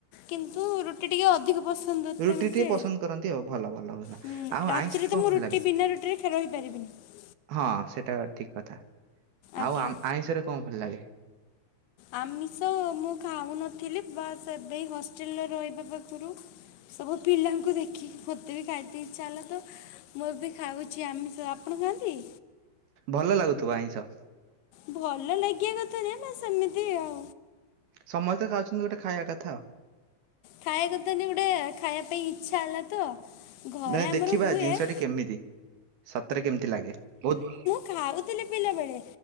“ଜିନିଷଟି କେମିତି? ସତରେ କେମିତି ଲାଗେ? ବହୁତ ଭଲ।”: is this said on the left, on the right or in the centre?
Right